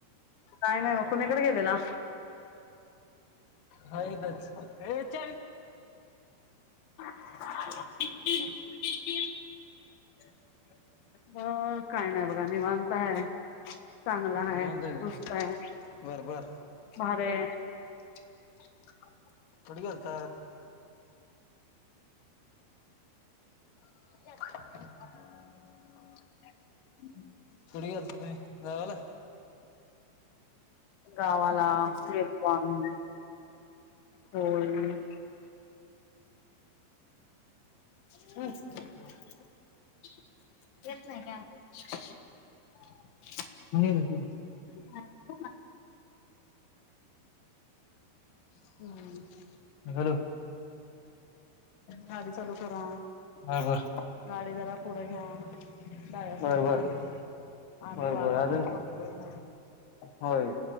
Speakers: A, on the left (about 85°); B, on the left (about 60°).
A: काय नाही ना कुणीकडे गेलेला
B: हा तरच विच
A: क
B: अ
A: मग काय नाही बघा निीवांनता आहे चांगला ह
B: निवांत आहे
A: नस्त
B: का
A: आहे
B: बर बर
A: भार <unintelligible>
B: बढ गथ <unintelligible>
A: हम्म
B: सुुड आत तुम जायवला
A: गावाला फण होय अच्छा येत नाही का म्ह
B: हम्म
A: बलू
B: गाडी चालू करा
A: बर बर
B: गाडी जरा पुढं घ्या द्यासला
A: बर बर
B: आम्ही
A: बर
B: वाढ
A: बर
B: बघत
A: अजून
B: थांबलो घ
A: होय